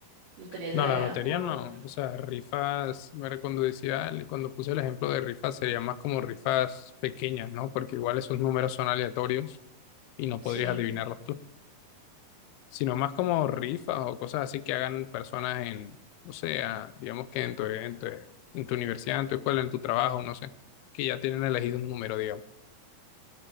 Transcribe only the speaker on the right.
Lotería
se la
gana
por...
Sí.